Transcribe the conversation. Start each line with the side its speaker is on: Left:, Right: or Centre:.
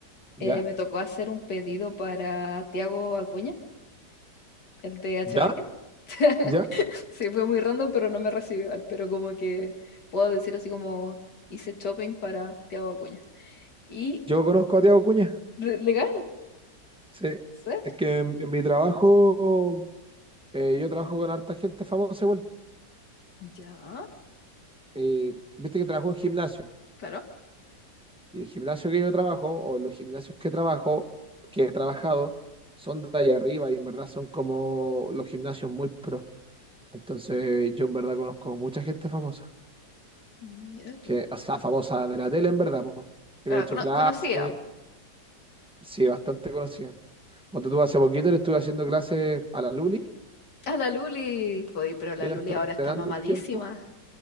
Centre: ¿Ya?
Left: Eh, me tocó hacer un pedido para Tiago Acuña, el de H.
Centre: ¿Ya?
Left: Bahía.
Centre: ¿Ya?
Left: <laughs> Sí, fue muy random, pero no me recibió igual. Pero como que puedo decir así como hice shopping para Tiago Acuña. Y
Centre: Yo conozco a Tiago Cuña.
Left: le- legal,
Centre: Sí.
Left: ¿sí?
Centre: Es que en, en mi trabajo, eh, yo trabajo con harta gente famosa igual.
Left: Ya,
Centre: Eh, viste que trabajo en gimnasio.
Left: claro.
Centre: Y el gimnasio que yo trabajo, o los gimnasios que trabajo, que he trabajado, son de ahí arriba y en verdad son como los gimnasios muy pro. Entonces, yo en verdad conozco mucha gente famosa.
Left: Mira tú.
Centre: Que, o sea, famosa de la tele en verdad, po, que
Left: Ah,
Centre: le he hecho
Left: cono-
Centre: clases.
Left: conocía
Centre: Sí, bastante conocida. Cuando tú hace poquito le estuve haciendo clases a la Luli,
Left: a la Luli, voy, pero
Centre: sí,
Left: la
Centre: la
Left: Luli
Centre: estuve
Left: ahora
Centre: entrenando
Left: está mamadísima.
Centre: un tiempo,